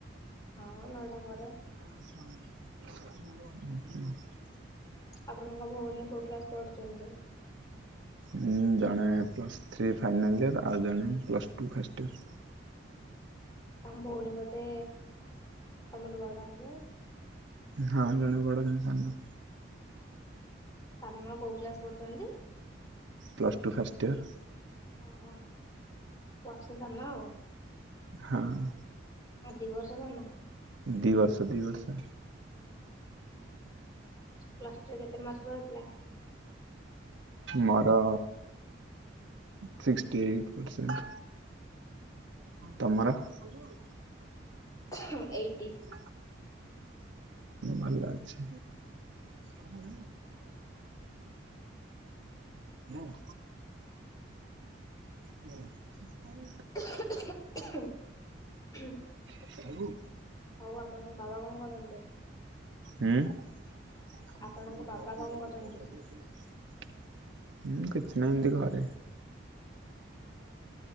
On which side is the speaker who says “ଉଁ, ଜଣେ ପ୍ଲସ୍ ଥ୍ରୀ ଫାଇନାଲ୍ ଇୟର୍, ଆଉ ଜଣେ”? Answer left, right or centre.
Right